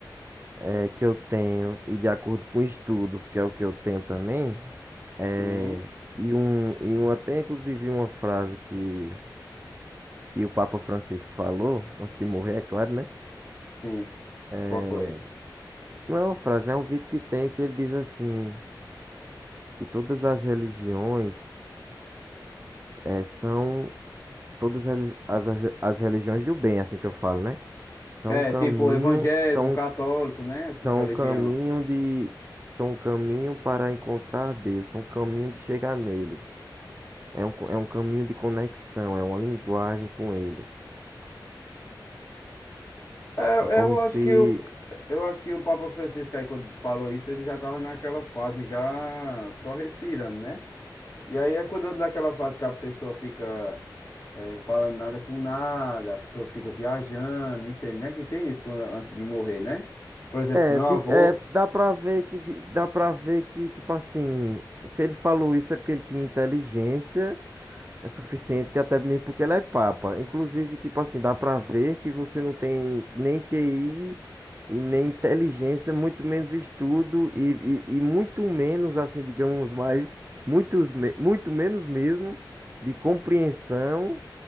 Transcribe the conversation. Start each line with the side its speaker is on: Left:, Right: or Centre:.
Right: é que eu tenho, e de acordo com estudos, que é o que eu tenho também, é,
Left: Sim,
Right: e, um, e um, até inclusive uma frase que, que o Papa Francisco falou, antes de morrer, é claro, né?
Left: sim.
Right: É,
Left: Qual foi?
Right: não é uma frase, é um vídeo que tem que ele diz assim, que todas as religiões é, são todas as, as, as religiões do bem, assim que eu falo, né? São
Left: É,
Right: um caminho,
Left: tipo, evangélico,
Right: são,
Left: católico, né, essas
Right: são
Left: religiões.
Right: um caminho de, são um caminho para encontrar Deus, são um caminho de chegar nele. É um, co- é um caminho de conexão, é uma linguagem com ele.
Left: É,
Right: É como
Left: eu acho
Right: se.
Left: que o, eu acho que o Papa Francisco aí, quando falou isso, ele já tava naquela fase já só respirando, né? E aí é quando daquela fase que a pessoa fica eh, falando nada com nada, a pessoa fica viajando, entende, né? Que tem isso quando- antes de morrer, né? Por exemplo,
Right: É,
Left: meu
Right: de-
Left: avô.
Right: é, dá pra ver que, de- dá pra ver que, tipo assim, se ele falou isso é porque ele tinha inteligência, é suficiente, até mesmo porque ele é papa. Inclusive, tipo assim, dá pra ver que você não tem nem QI e nem inteligência, muito menos estudo e, e, e muito menos, assim, digamos mais, muitos, me- muito menos mesmo de compreensão